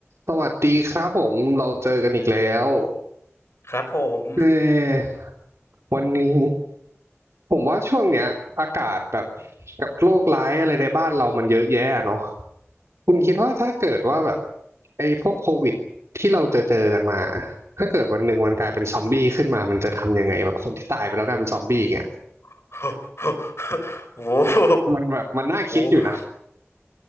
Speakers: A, on the right; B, on the left.
A: สวัสดีครับผมเราเจอกันอีกแล้ว
B: ครับผม
A: เออวันนี้ผมว่าช่วงเนี้ยอากาศแบบกับโรคร้ายอะไรในบ้านเรามันเยอะแยะเนาะคุณคิดว่าถ้าเกิดว่าแบบไอ้พวกโควิดที่เราเจอเจอกันมาถ้าเกิดวันหนึ่งมันกลายเป็นซอมบี้ขึ้นมามันจะทำยังไงแบบคนที่ตายไปแล้วกลายเป็นซอมบี้เงี้ย
B: <laughs> โอ้โห
A: มันแบบมันน่าคิดอยู่นะ
B: โอ้โห